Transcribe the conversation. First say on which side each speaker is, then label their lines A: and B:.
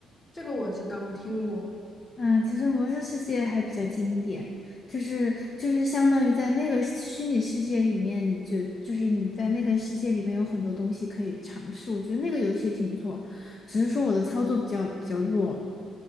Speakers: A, on the left; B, on the left.
A: 这个我知道，我听过。
B: 嗯，其实《魔兽世界》还比较经典，就是就是相当于在那个虚拟世界里面，你就就是你在那个世界里面有很多东西可以尝试，我觉得那个游戏也挺不错，只是说我的操作比较比较弱。